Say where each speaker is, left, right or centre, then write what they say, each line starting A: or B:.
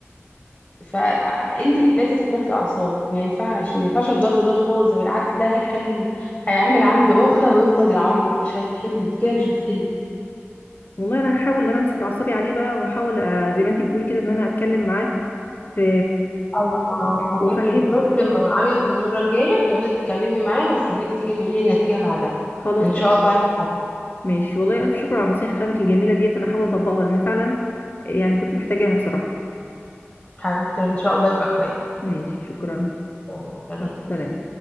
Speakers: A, on the left; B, on the left.
A: فانت اللي لازم تتملكي اعصابك ما ينفعش ما ينفعش الضرب ده خالص ده بالعكس ده هيخلي هيعمل عنده عقده ويفضل يعيط مش هتحل انت كده مش بتحلي
B: والله انا هحاول ان انا امسك اعصابي عليه بقى وهحاول آه، زي ما انتي بتقولي كده ان انا اتكلم معاه في
A: اما انا هستناكي
B: وافهمه
A: بجد لما نعيط المره الجايه تقعدي تتكلمي معايا واستناكي تيجي تقولي لي النتيجه بعدها
B: خلاص
A: ان
B: تمام
A: شاء الله هيتحسن
B: ماشي والله الف شكر على النصيحه بتاعتك الجميله ديت انا هحاول اطبقها لان فعلا يعني كنت محتاجاها بصراحه
A: حبيبتي ان شاء الله يبقى كويس
B: ماشي شكرا
A: يلا، سلام
B: مع السلامه